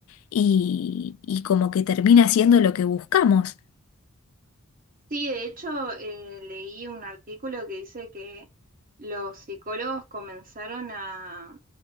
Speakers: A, on the left (about 65°); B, on the right (about 40°).
A: y, y como que termina siendo lo que buscamos.
B: Sí, de hecho, eh, leí un artículo que dice que los psicólogos comenzaron a,